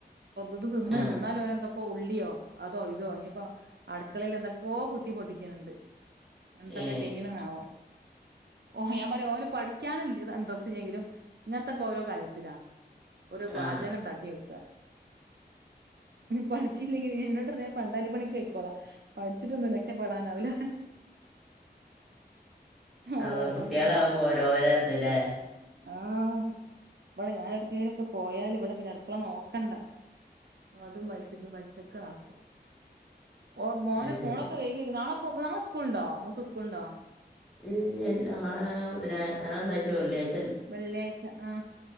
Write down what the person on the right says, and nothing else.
ഇത് തിന്നണ്
ഇന്നാലും ഓന് എന്തോ ഇപ്പേ ഉള്ളിയോ അതോ ഇതോ ഇനിയിപ്പോ അടുക്കളിൽ എന്തൊക്കൊ കുത്തി പൊട്ടിക്ക്ണ്ട്. എന്തൊക്കെ
ചെയ്യണന്നാവോ ഓ ഞാൻ പറയാ ഓന് പഠിക്കാന വല്യ ഇന്റെരെസ്റ്റ്‌ ഇല്ലെങ്കിലും ഇങ്ങനത്തൊക്കെ ഓരോ കാര്യത്തിലാ. ഓരൊ പാചകം
ഉണ്ടാക്കി നോക്ക പഠിച്ചില്ലെങ്കിൽ എന്നോട് പറയാ ഞാൻ പണ്ടാലി പണിക്ക് പൊയിക്കോളാം. പഠിച്ചിട്ടൊന്നും രക്ഷപ്പെടാനാവില്ല.
അത് അങ്ങനത്തെ
ആഹ്, ഇവിടെ ഞാൻ എവിടേക്കേലും ഒക്കെ പോയാല് ഇവിടെ പിന്നെ അടുക്കള നോക്കണ്ട. അതും വലിച്ചു ഇതും വലിച്ചൊക്കെ ആക്കും, ഓ മോന്
മോള് വെ നാളെപൊകാ നാളെ സ്കൂളുണ്ടോ മോൾക്ക് സ്കൂള് ഇണ്ടോ?
വെള്ളിയാഴ്ച ആഹ്